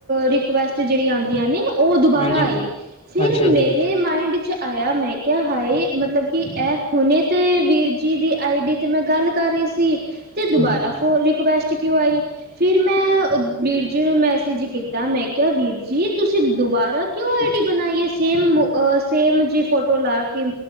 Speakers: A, on the right (about 50°); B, on the left (about 25°).
A: ਰਿਕੁਐਸਟ ਤੇ, ਜੇੜੀ ਆਂਦੀਆ ਨੇ ਉਹ ਦੁਬਾਰਾ
B: ਹਾਂਜੀ
A: ਆਈ ਫਿਰ
B: ਅੱਛਾ ਜੀ
A: ਮੇਰੇ ਮਾਈਂਡ'ਚ ਆਇਆ, ਮੈਂ ਕਿਹਾ ਹਾਏ, ਮਤਲਬ ਕਿ ਏ ਹੁਣੇ ਤੇ ਵੀਰ ਜੀ ਦੀ ਆਈ-ਡੀ ਤੇ ਮੈਂ ਗੱਲ ਕਰ ਰਹੀ ਸੀ। ਤੀ ਤੇ, ਦੁਬਾਰਾ
B: ਹਾਂਜੀ
A: <unintelligible> ਰਿਕੁਐਸਟ ਕਿਉਂ ਆਈ? ਫਿਰ ਮੈਂ, ਵੀਰ ਜੀ ਨੂੰ ਮੈਸੇਜ ਕੀ ਤਾਂ, ਮੈਂ ਕਿਹਾ ਵੀਰ ਜੀ, ਤੁਸੀਂ ਦੁਬਾਰਾ ਕਿਉਂ ਆਈ-ਡੀ ਬਣਾਈ ਆ ਸੇਮ, ਸੇਮ ਜੀ ਫੋਟੋ ਲਾ ਕੇ